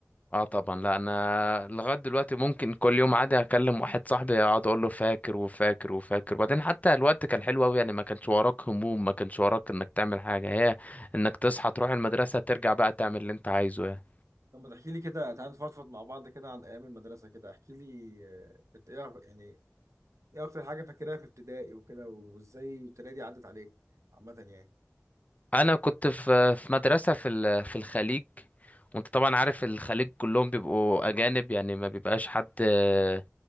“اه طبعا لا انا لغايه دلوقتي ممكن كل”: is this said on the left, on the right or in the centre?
Left